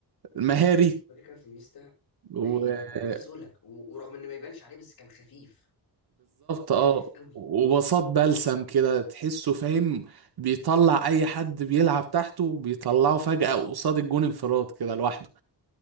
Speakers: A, on the right; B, on the left.
A: مهاري
B: الفكره كمان في انيستا
A: وبالظبط
B: مهاري وكنت لسه بقول لك و- ورغم ان ما يبانش عليه بس كان خفيف كان
A: اه
B: خفيف قوي
A: وبساط بلسم كده تحسه فاهم بيطلع اي حد بيلعب تحته بيطلعه فجأة قصاد الجون انفراد كده لوحده